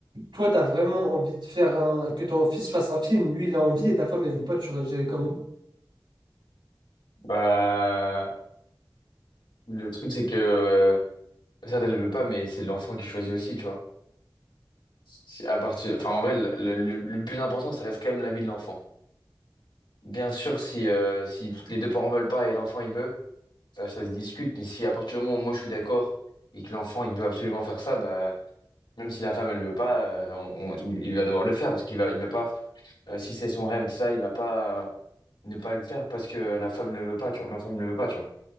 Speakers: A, on the right; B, on the left.
A: toi, t'as vraiment envie de faire un, que ton fils fasse un film, lui, il a envie et ta femme, elle veut pas, tu réagirais comment?
B: Bah, le truc, c'est que euh, ça, tu le veux pas, mais c'est l'enfant qui choisit aussi, tu vois. Si- à partir, enfin, en vrai, le, le- le- le plus important, ça reste quand même la vie de l'enfant. Bien sûr, si, euh, si les deux parents veulent pas et l'enfant il veut, ça, ça se discute, mais si à partir du moment où moi je suis d'accord et que l'enfant il veut absolument faire ça, bah, même si la femme elle veut pas, euh, on- on- il il va devoir le faire parce qu'il va, il va pas, euh, si c'est son rêve et tout ça, il va pas euh, ne pas le faire parce que la femme ne le veut pas, tu vois, ma femme ne le veut pas, tu vois.